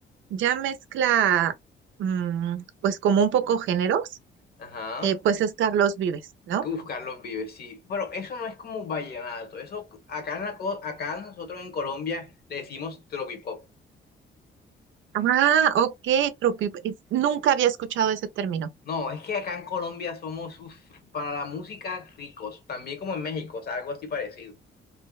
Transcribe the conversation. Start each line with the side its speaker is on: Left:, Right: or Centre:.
Right: ya mezcla, mm, pues como un poco géneros,
Left: Ajá.
Right: eh, pues es Carlos Vives, ¿no?
Left: Uf, Carlos Vives, sí. Pero eso no es como vallenato. Eso acá, en la co- acá nosotros en Colombia le decimos tropipop.
Right: Ah, ok, tropi- es- nunca había escuchado ese término.
Left: No, es que acá en Colombia somos uf, para la música ricos. También como en México, o sea, algo así parecido.